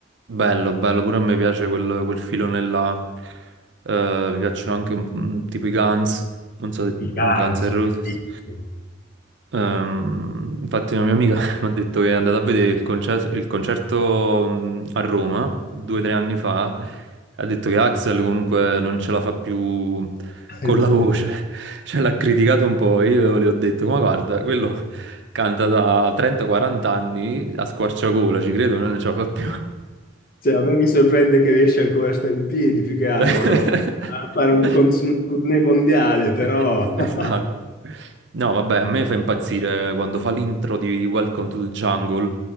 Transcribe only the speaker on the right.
Bello, bello, pure a me piace quel, quel filone là. Eh, mi piacciono anche un- mm, tipo i Guns, non so se
mm, Guns N' Roses.
Ehm, infatti una mia amica <laughs> mi ha detto che è andata a vedere il concerto, il concerto mh, a Roma due o tre anni fa. Ha detto che Axel comunque non ce la fa più
con la voce, <laughs> cioè l'ha criticato un po'. Io le ho detto, ma guarda, quello canta da 30-40 anni a squarciagola, ci credo, non ce la fa più.
<laughs>
<laughs>
Esatto. No, vabbè, a me fa impazzire quando fa l'intro di Welcome to the Jungle.